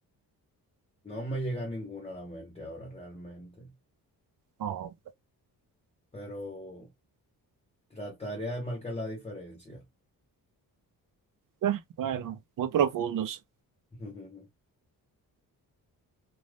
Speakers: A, on the left; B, on the right.
A: No me llega ninguna a la mente ahora realmente,
B: No.
A: pero trataría de marcar la diferencia.
B: Ah, Bueno, Muy profundos.
A: <laughs>